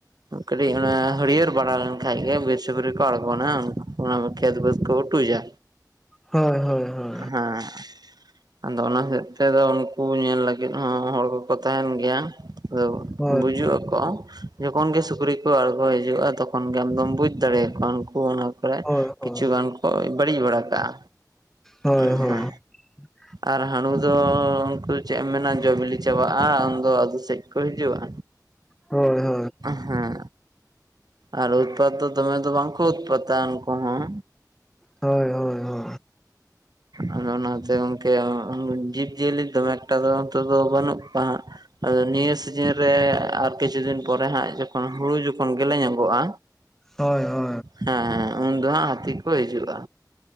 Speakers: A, on the right; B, in the centre.
A: ᱠᱟᱹᱴᱤᱡ ᱚᱱᱟ ᱦᱟᱹᱲᱭᱟᱹᱨ ᱵᱟᱜᱟᱱ ᱠᱷᱟᱡ ᱜᱮ ᱵᱤᱨ ᱥᱩᱠᱨᱤ ᱠᱚ ᱟᱬᱜᱩᱱᱟ ᱦᱟᱜ ᱚᱱᱟᱼᱼ ᱠᱷᱮᱛ ᱵᱟᱹᱫᱽ ᱠᱚ ᱩᱴᱩᱡᱟ᱾
B: ᱦᱳᱭ ᱦᱳᱭ ᱦᱳᱭ᱾
A: ᱦᱮᱸ᱾ ᱟᱫᱚ ᱚᱱᱟ ᱦᱚᱛᱮᱡ ᱛᱮᱫᱚ ᱩᱱᱠᱩ ᱧᱮᱞ ᱞᱟᱹᱜᱤᱫ ᱦᱚᱸ ᱦᱚᱲ ᱠᱚᱠᱚ ᱛᱟᱦᱮᱱ ᱜᱮᱭᱟ᱾ ᱟᱫᱚ
B: ᱦᱳᱭ
A: ᱵᱩᱡᱩᱜ ᱟᱠᱚ᱾ ᱡᱚᱠᱷᱚᱱ ᱜᱮ ᱥᱩᱠᱨᱤ ᱠᱚ ᱟᱬᱜᱚ ᱦᱤᱡᱩᱜᱼᱟ ᱛᱚᱠᱷᱚᱱ ᱜᱮ ᱟᱢᱫᱚᱢ ᱵᱩᱡᱽ ᱫᱟᱲᱮᱭᱟᱜᱟ ᱩᱱᱠᱩ ᱚᱱᱟ ᱠᱚᱨᱮ
B: ᱦᱳᱭ ᱦᱳᱭ
A: ᱠᱤᱪᱷᱩᱜᱟᱱ
B: ᱦᱳᱭ
A: ᱠᱚ ᱵᱟᱹᱲᱤᱡ ᱵᱟᱲᱟ ᱠᱟᱜᱼᱟ᱾
B: ᱦᱳᱭ
A: ᱦᱮᱸ
B: ᱦᱳᱭ
A: ᱦᱮᱸ᱾
B: ᱦᱳᱭ <unintelligible>
A: ᱟᱨ ᱦᱟᱹᱲᱩ ᱫᱚ ᱩᱱᱠᱩ ᱪᱮᱜ ᱮᱢ ᱢᱮᱱᱟ ᱡᱚ ᱵᱤᱞᱤ ᱪᱟᱵᱟᱜᱼᱟ ᱩᱱᱫᱚ ᱟᱹᱛᱩ ᱥᱮᱡ ᱠᱚ ᱦᱤᱡᱩᱜᱼᱟ᱾
B: ᱦᱳᱭ᱾ ᱦᱳᱭ ᱦᱳᱭ ᱦᱳᱭ
A: ᱦᱩᱸ᱾ ᱟᱨ ᱩᱛᱯᱟᱛ ᱫᱚ ᱫᱚᱢᱮ ᱫᱚ ᱵᱟᱝᱠᱚ ᱩᱛᱯᱟᱛᱟ ᱩᱱᱠᱩ ᱦᱚᱸ᱾
B: ᱦᱳᱭ ᱦᱳᱭ ᱦᱳᱭ᱾
A: ᱟᱫᱚ ᱚᱱᱟᱛᱮ ᱚᱝᱠᱮ <inaudible> ᱡᱤᱵᱽᱼᱡᱤᱭᱟᱹᱞᱤ ᱫᱚᱢᱮ ᱮᱠᱴᱟ ᱫᱚ ᱱᱤᱛᱚᱜ ᱫᱚ ᱵᱟᱹᱱᱩᱜ ᱠᱚᱣᱟ ᱦᱟᱸᱜ᱾ ᱟᱫᱚ ᱱᱤᱭᱟᱹ ᱥᱤᱡᱮᱱ ᱨᱮ ᱟᱨ ᱠᱤᱪᱷᱩ ᱫᱤᱱ ᱯᱚᱨᱮ ᱦᱟᱸᱜ ᱡᱚᱠᱷᱚᱱ ᱦᱩᱲᱩ ᱡᱚᱠᱷᱚᱱ ᱜᱮᱞᱮ ᱧᱚᱜᱚᱜᱼᱟ
B: ᱦᱳᱭ ᱦᱳᱭ᱾
A: ᱦᱮᱸ ᱦᱮᱸ ᱩᱱ ᱫᱚ ᱦᱟᱸᱜ ᱦᱟᱹᱛᱤ ᱠᱚ ᱦᱤᱡᱩᱜᱼᱟ᱾